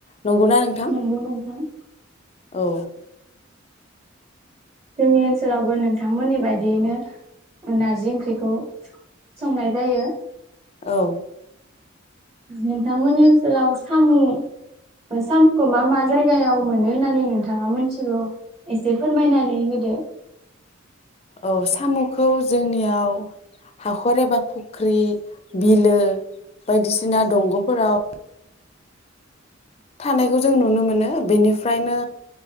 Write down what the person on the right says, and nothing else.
नंगौ नोंथां
जोंनि ओनसोलावबो नोंथांमोननि बायदियैनो ओ नारजि ओंख्रिखौ संनाय जायो।
नोंथांमोननि ओनसोलाव साम' साम'खौ मा मा जायगायाव मोनो होननानै नोंथाङा मिथिगौ? एसे फोरमायनानै होदो